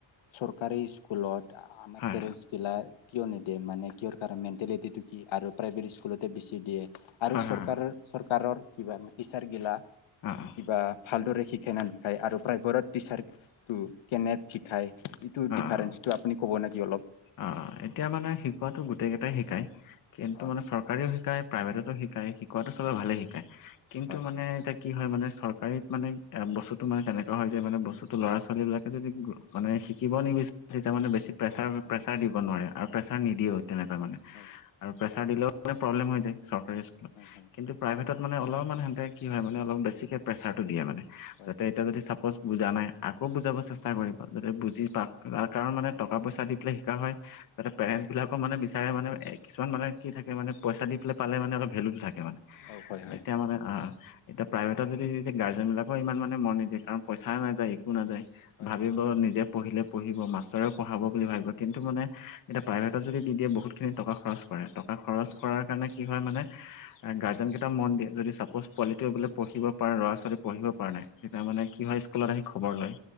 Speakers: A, on the left; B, on the left.
A: চৰকাৰী স্কুলত আমাৰ
B: হয়
A: পেৰেণ্টছগিলাক কিয় নিদিয়ে মানে কিয়ৰ কাৰণে মেণ্টেলিটিটো কি আৰু প্ৰাইভেট স্কুলতে বেছি দিয়ে আৰু
B: হয়
A: চৰকাৰৰ
B: হয়
A: চৰকাৰৰ কিবা টিচাৰগিলা
B: হয়
A: কিবা ভালদৰে শ শ সিকাই আৰু প্ৰাইভেটত টিচাৰ কেনে শিকায় এইটো
B: অ
A: ডিফাৰেন্সটো
B: অ
A: আপুনি ক'ব নে কি অলপ
B: অ এতিয়া মানে শিকোৱাতো গোটেই কেইটাই শিকাই কিন্তু
A: হয়
B: মানে চৰকাৰীও শ শিকাই প্ৰাইভেটতো শিকায় শিকোৱাতটো চবে
A: হয়
B: ভালে শিকায় কিন্তু
A: হয়
B: মানে এতিয়া কি হয় মানে চৰকাৰীত মানে এ বস্তুতটো মানে তেনেকুৱা হয় যে মানে বস্তুতটো ল'ৰা ছোৱালী বিলাকে যদি মানে শিকিব নি বি তেয়া মানে বেছি প্ৰেছাৰ
A: হয় হয়
B: প্ৰেছাৰ দিব নোৱাৰে আৰু প্ৰেছাৰ
A: হয়
B: নিদিয়েও তেনেকুৱা মানে,
A: হয়
B: আৰু প্ৰেছাৰ দিলেও মানে প্ৰব্লেম হৈ যায় চৰকাৰী স্কুলত,
A: হয়
B: কিন্তু প্ৰাইভেট তত মানে অলপমান সিহঁতে কি হয় মানে অলপ বেছিকে প্ৰেচাৰটো দিয়ে মানে,
A: হয়
B: যাতে
A: হয়
B: এতিয়া যদি চা পচ বুজা নাই আকৌ বুজাব চেষ্টা কৰিব যদি বুজি পা তাৰকাৰণ মানে
A: হয়
B: টকা পইচা দি পেলাই হয় তাতে পেৰেন্টছ
A: হয়
B: বিলাকৰ মানে বেছি চাৰে মানে কিছুমান মানুহে কি থাকে মানে পইচা দি পেলাই পালে মানে অলপ ভেলুটো থাক কে মানে,
A: অ হয় হয়
B: এতিয়া মানে আহ এতিয়া প্ৰাইভেটত যদি এয়া গাৰ্জেন বিলাক ইমান মানে মন নিদিয়ে কাৰণ পইচা নাযায় একো নাযায়
A: হয়
B: ভাবিব নিজে পঢ়িলে পঢ়িব মাষ্টৰে পঢ়াব বুলি ভাবিব কিন্তু মানে এতিয়া প্ৰাইভেটত যদি দি দিয়ে বহুতখিনি টকা খৰচ কৰে টকা খৰচ
A: হয়
B: কৰাৰ
A: হয়
B: কাৰণে কি হয় মানে
A: <inaudible>
B: গাৰ্জেন কেইটা মন দিয়ে যদি চাপোজ পোৱালিটোৱে বোলে পঢ়িব পাৰে ল'ৰা ছোৱালী পঢ়িব পৰা নাই তেতিয়া মানে কি হয় স্কুলত আহি খবৰ লয়,